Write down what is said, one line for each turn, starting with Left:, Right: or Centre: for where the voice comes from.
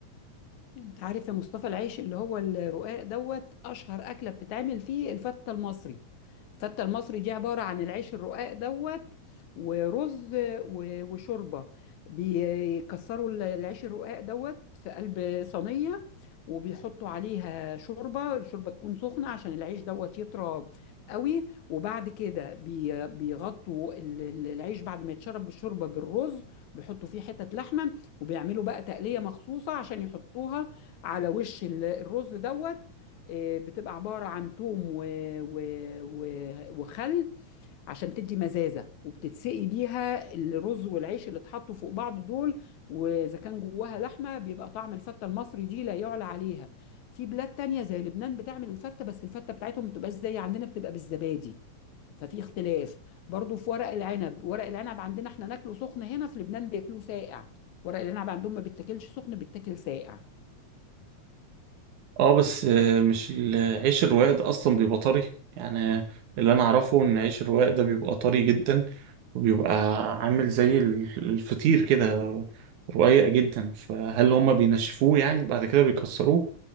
Left: انت عارف يا مصطفى العيش اللي هو الرقاق دوت اشهر اكله بتتعمل فيه الفته المصري الفته المصري دي عباره عن العيش الرقاق دوت ورز و- وشوربه بيكسروا ال- العيش الرقاق دوت في قلب صينيه وبيحطوا عليها شوربه الشوربه تكون سخنه عشان العيش دوت يطرى قوي وبعد كده بي- بيغطوا ال- ال- العيش بعد ما يتشرب بالشوربه بالرز بيحطوا فيه حتت لحمه وبيعملوا بقى تقليه مخصوصه عشان يحطوها على وش ال- الرز دوت آه، بتبقى عبارة عن توم و... و... و... وخل عشان تدي مزازة وبتتسقي بيها الرز والعيش اللي اتحطوا فوق بعض دول وإذا كان جواها لحمة بيبقى طعم الفتة المصري دي لا يعلى عليها في بلاد تانية زي لبنان بتعمل الفتة بس الفتة بتاعتهم ما بتبقاش زي عندنا بتبقى بالزبادي ففي اختلاف برضو في ورق العنب ورق العنب عندنا احنا ناكله سخن هنا في لبنان بياكلوه ساقع ورق العنب عندهم ما بيتاكلش سخن بيتاكل ساقع
Right: اه بس آه، مش ال- عيش الرواق ده اصلا بيبقى طري يعني اللي انا اعرفه ان عيش الرواق ده بيبقى طري جدا وبيبقى عامل زي ال- الفطير كده رقيق جدا فهل هما بينشفوه يعني بعد كده بيكسروه